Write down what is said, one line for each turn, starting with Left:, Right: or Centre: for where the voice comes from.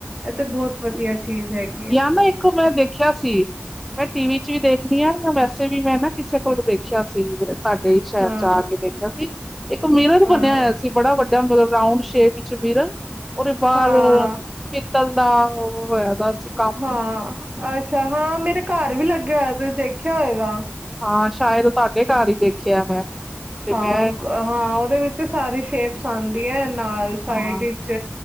Right: ਇਹ ਤੇ ਬਹੁਤ ਵਧੀਆ ਚੀਜ਼ ਹੈਗੀ ।
Centre: ਯ ਮੈਂ ਇੱਕੋ ਮੈਂ ਦੇਖਿਆ ਸੀ ਟੀਵੀ ਚ ਵੀ ਦੇਖਦੀ ਆਂ ਜਾਂ ਵੈਸੇ ਵੀ ਮੈਂ ਨਾ ਕਿਸੇ ਕੋਲ ਦੇਖਿਆ ਸੀ ਤੁਹਾਡੇ ਸ਼ਹਿਰ
Right: ਹਾਂ
Centre: ਚ ਆ ਕੇ ਦੇਖ ਸੀ ਇੱਕ ਮੀਰਨ
Right: ਹਾਂ
Centre: ਬਣਿਆ ਹੋਇਆ ਸੀ ਬੜਾ ਵੱਡਾ ਮਤਲਬ ਰਾਂਊਡ ਸ਼ੇਪ ਵਿੱਚ ਮੀਰਨ, ਉਦੇਵਾਰ
Right: ਹਾਂ
Centre: ਪਿੱਤਲ ਦਾ ਉਹ ਹੈਦਾ ਸੀ ।
Right: ਹਾਂ ਅੱਛਾ, ਹਾਂ ਮੇਰੇ ਘਰ ਵੀ ਲੱਗਿਆ ਹੋਇਆ ਤੁਸੀਂ ਦੇਖਿਆ ਹੋਏਗਾ ।
Centre: ਹਾਂ ਸ਼ਾਇਦ ਤੁਹਾਡੇ ਘਰ ਹੀ ਦੇਖਿਆ ਮੈਂ। ਤੇ
Right: ਹਾਂ
Centre: ਮੈਂ
Right: -ਹਾਂ ਉਹਦੇ ਵਿੱਚ ਤੇ ਸਾਰੀ ਸ਼ੇਪਸ ਆਉਂਦੀ ਹੈ ਨਾਲ ਸਾਈਡ
Centre: ਹਾਂ,
Right: ਵਿਚ